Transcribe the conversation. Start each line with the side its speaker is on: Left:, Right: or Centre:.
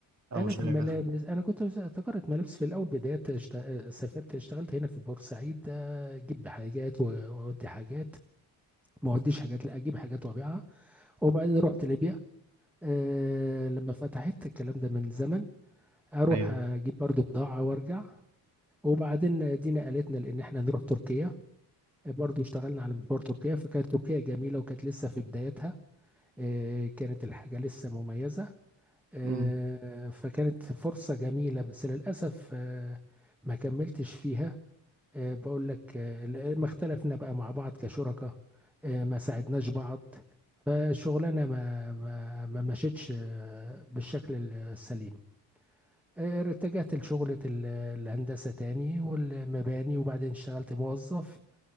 Right: او
Centre: انا
Right: شركة
Centre: في الملابس انا كنت في تجاره ملابس في الاول بدايه اشت- آه، سافرت اشتغلت هنا في بورسعيد آه، اجيب حاجات و- واودي حاجات ما اوديش حاجات لا اجيب حاجات وابيعها وبعدين رحت ليبيا آه، لما فتحت الكلام ده من زمن اروح
Right: ايوه
Centre: اجيب برضو بضاعة وارجع وبعدين دينا قالتنا لان احنا نروح تركيا برضو اشتغلنا على مشوار تركيا فكانت تركيا جميلة وكانت لسه في بدايتها آه، كانت الحاجة لسه مميزة آه،
Right: امم
Centre: فكانت فرصة جميلة بس للأسف آه، ما كملتش فيها آه، بقول لك آه، ما اختلفنا بقى مع بعض كشركاء آه، ما ساعدناش بعض فالشغلانة ما ما ما مشيتش آه، بالشكل السليم آه، اتجهت لشغلة ال- الهندسة تاني والمباني وبعدين اشتغلت موظف